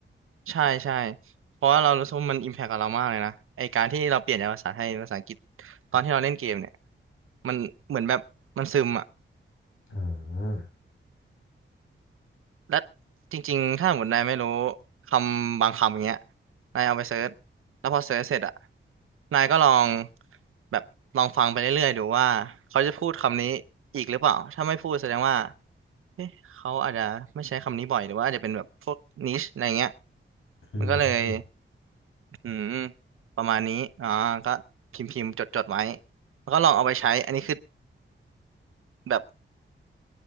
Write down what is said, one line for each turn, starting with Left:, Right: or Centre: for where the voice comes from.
Right: ใช่ใช่เพราะว่าเรารู้สึกว่ามันอิมแพคกับเรามากเลยนะไอการที่เราเปลี่ยนจากภาษาไทยเป็นภาษาอังกฤษตอนที่เราเล่นเกมเนี่ยมันเหมือนแบบมันซึมอ่ะ
Left: อ่า
Right: และจริงๆถ้าสมมตินายไม่รู้คำบางคำอย่างเงี้ยนายเอาไปเซิร์ชแล้วพอเซิร์ชเสร็จอ่ะนายก็ลองแบบลองฟังไปเรื่อยๆดูว่าเขาจะพูดคำนี้อีกหรือเปล่าถ้าไม่พูดแสดงว่า เอ๊ะเขาอาจจะไม่ใช้คำนี้บ่อยหรือว่าอาจจะเป็นแบบพวกนิชอะไรเงี้ย
Left: อืม
Right: มันก็เลยอืมประมาณนี้อ่าก็พิมพ์พิมพ์จดจดไว้แล้วก็ลองเอาไปใช้อันนี้คือแบบ